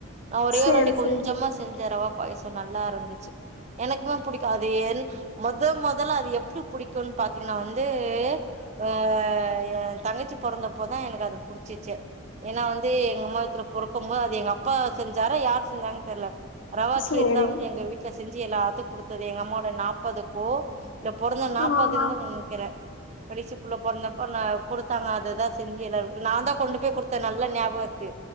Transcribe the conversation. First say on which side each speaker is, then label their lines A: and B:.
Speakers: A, on the right; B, on the left.
A: நா ஒரே
B: சேரி
A: ஒருவாட்டி கொஞ்சமா
B: சேரி
A: செஞ்ச ரவா பாயாசம் நல்லா இருந்துச்சு எனக்குமே புடிக்கும் அது ஏன் முத முதல்ல அது எப் டி பிடிக்கும்னு பாத்தீங்கன்னா வந் தே ஆ யெ தங்கச்சி பொறந்தப்போதான் எனக்கு அது புடிச்சிச்சு ஏன்னா வந்து எங்க அம்மா வைத்துல பொறக்கும் போது அது எங்க அப்பா செஞ்சாரா யாரும் செஞ்சாங்கன்னு தெருல ர
B: சேரி
A: கீர் தா வந்து எங்க வீட்ல செஞ்சு எல்லாத்துக்கும் கொடுத்தது எங்க அம்மாவோட நாற்பதுக்கோ இவ பொறந்து நாப்பதுன்னு
B: ஆஹா
A: நினைக்கிறேன் கடைசு புள்ள பொருந்தப்ப நா கொடுத்தாங்க அதுதான் செஞ்சு எல்லாருக்கு நான் தான் கொண்டு போய் கொடுத்தேன் நல்ல ஞாபகம் இருக்கு